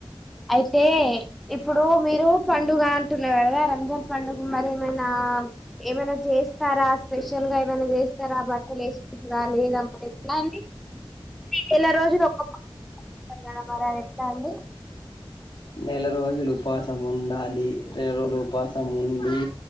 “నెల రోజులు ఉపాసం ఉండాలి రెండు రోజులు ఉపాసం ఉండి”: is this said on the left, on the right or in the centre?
Left